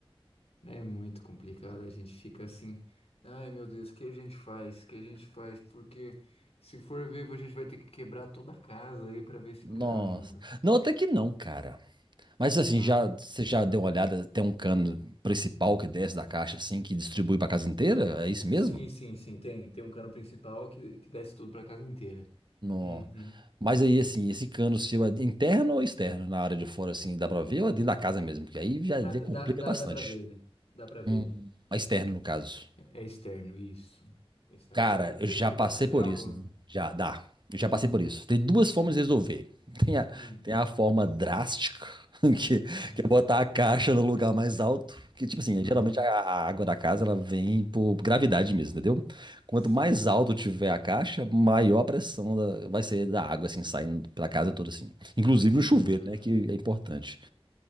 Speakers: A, on the left (about 80°); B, on the right (about 50°).
A: É muito complicado, a gente fica assim. Ai meu Deus, o que a gente faz? O que a gente faz? Porque se for ver, a gente vai ter que quebrar toda a casa aí pra ver esse
B: Nossa.
A: encanamento.
B: Não, até que não, cara. Mas assim,
A: Ah.
B: já, você já deu uma olhada? Tem um cano principal que desce da caixa, assim, que distribui pra casa inteira? É isso mesmo?
A: Sim, sim, sim, tem. Tem um cano principal que, que desce tudo pra casa inteira.
B: Nó.
A: Uhum.
B: Mas aí, assim, esse cano seu é interno ou externo? Na área de fora, assim, dá pra ver ou é dentro da casa mesmo? Porque aí já
A: Ah,
B: já
A: dá,
B: complica
A: dá,
B: bastante.
A: dá pra ver ele. Dá pra ver
B: Hum.
A: ele.
B: Mas Externo, no caso.
A: É, é externo, isso. É externo.
B: Cara,
A: Você crê,
B: eu
A: crê
B: já
A: que
B: passei
A: dá pra fazer
B: por
A: algo?
B: isso. Já dá. Eu já passei por isso. Tem duas formas
A: Hum,
B: de resolver. Tem a,
A: hum.
B: tem a forma drástica, <laughs> que, que
A: <laughs>
B: é botar a caixa no lugar mais alto. Que, tipo assim,
A: Hum,
B: geralmente a a água da casa ela vem por gravidade mesmo, entendeu? Quanto
A: Sim.
B: mais alto tiver a caixa, maior a pressão da- vai ser da água, assim, saindo pela casa toda, assim. Inclusive
A: Não.
B: no chuveiro, né? Que é importante.